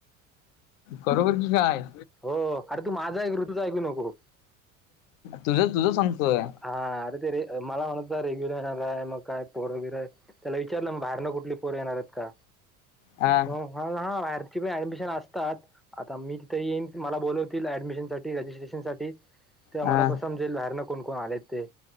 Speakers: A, on the left; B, in the centre.
A: खरोबरची काय?
B: हो अरे तू माझा एक ऋतूचा ऐकू नको.
A: तुझं तुझ सांगतोय.
B: हा अरे ते रे मला म्हणत रेग्युलरला आहे मग काय पोर वगैरे त्याला विचारलं म बाहेरनं कुठली पोर येणार आहेत का
A: हा
B: त हा हा बाहेरची पण ऍडमिशन असतात आता मी तिथे येईन मला बोलवतील ऍडमिशन साठी रजिस्ट्रेशन सा ते
A: हा
B: मला प समजेल बाहेरन कोण कोण आलेत ते